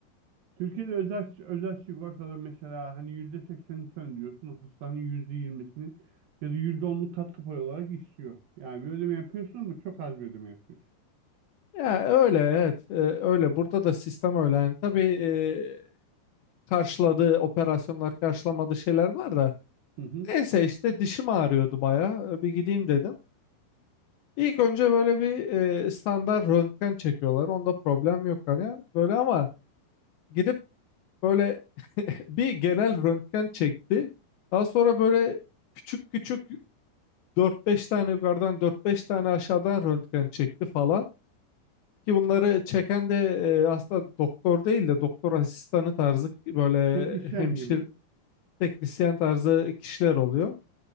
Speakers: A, on the right; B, on the left.
A: Türkiye'de özel özel sigortada mesela hani yüzde seksenini sen ödüyorsun. Hastanenin yüzde yirmisini ya da yüzde onluk katkı payı olarak istiyor. Yani bir ödeme yapıyorsun ama çok az bir ödeme yapıyorsun.
B: Ya öyle evet E, öyle burada da sistem öyle yani tabii e, karşıladığı operasyonlar karşılamadığı şeyler var da
A: Hı hı.
B: neyse işte dişim ağrıyordu bayağı E, bir gideyim dedim. İlk önce böyle bir e, standart röntgen çekiyorlar onda problem yok hani böyle ama gidip böyle <laughs> bir genel röntgen çekti. Daha sonra böyle küçük küçük dört beş tane yukarıdan dört beş tane aşağıdan röntgen çekti falan. Ki bunları çeken de e, aslında doktor değil de doktor asistanı tarzı böyle
A: Teknisyen
B: hemşir
A: gibi.
B: teknisyen tarzı kişiler oluyor.